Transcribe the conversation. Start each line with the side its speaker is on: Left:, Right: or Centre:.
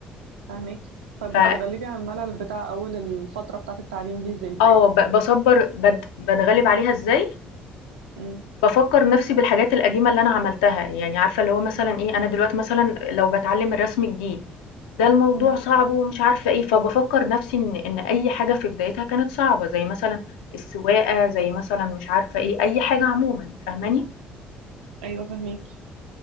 Right: فاهمك طب
Left: ف
Right: بتتغلبي
Left: آه، فاهماكِ.
Right: على الملل بتاع اول الفتره بتاعه التعليم دي ازاي
Left: آه، ب باصبّر بات باتغلب عليها إزاي
Right: مم.
Left: بافكّر نَفْسي بالحاجات القديمة اللي أنا عملتها، يعني عارفة اللي هو مثلًا إيه، أنا دلوقتي مثلًا لو باتعلّم الرسم جديد، ده الموضوع
Right: مم.
Left: صعب ومش عارفة إيه، فبافكّر نَفْسي إن إن أي حاجة في بدايتها كانت صعبة، زي مثلًا السواقة، زي مثلًا مش عارفة إيه، أي حاجة عمومًا، فاهماني؟
Right: ايوه فاهمك